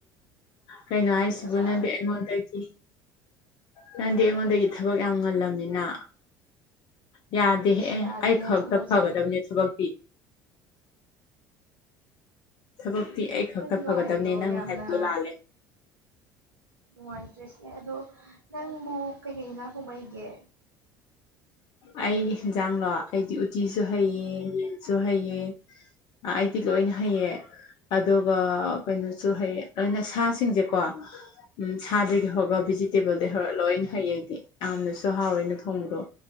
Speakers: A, on the left; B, on the right.
A: ꯀꯩꯅꯣ ꯍꯥꯏꯁꯤꯕꯨ
B: ꯉꯁꯥꯏꯗꯩ
A: ꯅꯪꯗꯤ ꯑꯩꯉꯣꯟꯗꯒꯤ ꯅꯪꯗꯤ ꯑꯩꯉꯣꯟꯗꯒꯤ ꯊꯕꯛ ꯌꯥꯝ ꯉꯜꯂꯝꯃꯤꯅ ꯌꯥꯗꯦꯍꯦ ꯑꯦ
B: ꯌꯥꯗ꯭ꯔꯦꯅꯦ
A: ꯑꯩ ꯈꯛꯇ
B: ꯊꯕꯛꯁꯦ
A: ꯐꯒꯗꯕꯅꯦ ꯊꯕꯛꯇꯤ ꯊꯕꯛꯇꯤ ꯑꯩ ꯈꯛꯇ
B: ꯅꯪꯒꯤ
A: ꯐꯒꯗꯕꯅꯦ
B: ꯋꯥꯔꯤꯗꯣ
A: ꯅꯪꯅ
B: ꯌꯥꯝꯅ
A: ꯍꯥꯏꯕꯗꯣ ꯂꯥꯜꯂꯦ
B: ꯅꯨꯡꯉꯥꯏꯇ꯭ꯔꯦꯁꯦ ꯑꯗꯣ ꯅꯪꯕꯨ ꯀꯩꯀꯩ ꯏ ꯉꯥꯡ ꯀꯨꯝꯕꯩꯒꯦ
A: ꯑꯩꯒꯤ ꯌꯦꯟꯖꯥꯡꯂꯣ ꯑꯩꯗꯤ ꯎꯇꯤꯁꯨ ꯍꯩꯌꯦ ꯃꯤꯠꯁꯨ ꯍꯩꯌꯦ ꯑꯩꯗꯤ ꯂꯣꯏ ꯍꯩꯌꯦ ꯑꯗꯨꯒ ꯀꯩꯅꯣꯁꯨ ꯍꯌꯦ ꯑꯩꯅ ꯁꯥꯁꯤꯡꯁꯦꯀꯣ ꯎꯝ ꯁꯥꯗꯒꯤ ꯁꯤ ꯍꯧꯔꯒ
B: ꯎꯝ
A: ꯚꯤꯖꯤꯇꯦꯕꯜꯗꯩ ꯍꯧꯔꯛ ꯂꯣꯏꯅ ꯍꯩ ꯑꯩꯗꯤ ꯌꯥꯝꯅꯁꯨ ꯍꯥꯎꯋꯦꯅ ꯊꯣꯡꯕꯗꯣ